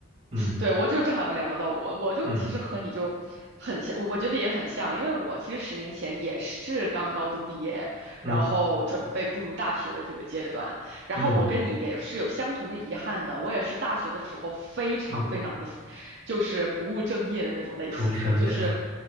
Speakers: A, on the right; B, on the right.
A: 嗯
B: 对，我就正好要聊到我，我就其实和你就很像，
A: 嗯
B: 我觉得也很像，因为我其实十年前也是刚高中毕业，
A: 嗯
B: 然后准备步入大学的这个阶段，然后我跟你也是有相同的遗憾的，
A: 嗯
B: 我也是大学的时候非常非常的，
A: 嗯，
B: 就是不务正业的那种类型，
A: 服务商业。
B: 就是，